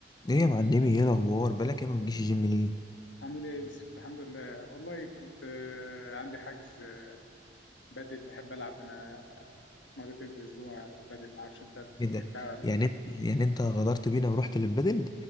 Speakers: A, on the left; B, on the left.
A: ليه يا معلمي ايه الاخبار بالك يا ما بتجيش الجيم ليه
B: عامل ايه يا يوسف الحمد لله والله كنت آه، عندي حجز آه، بدل بحب العب انا مرتين في الاسبوع البدل ما اعرفش انت
A: ايه
B: بتحبها
A: ده
B: ولا لا
A: يعني انت يعني انت غدرت بينا ورحت للبدل